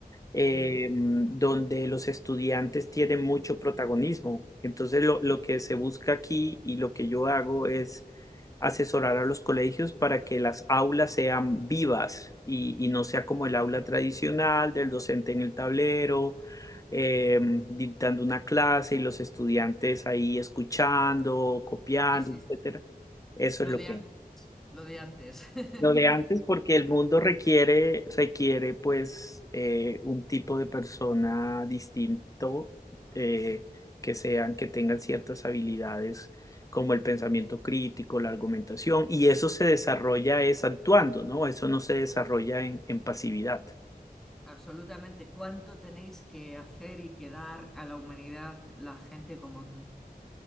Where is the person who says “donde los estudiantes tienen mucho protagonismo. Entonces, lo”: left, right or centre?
Left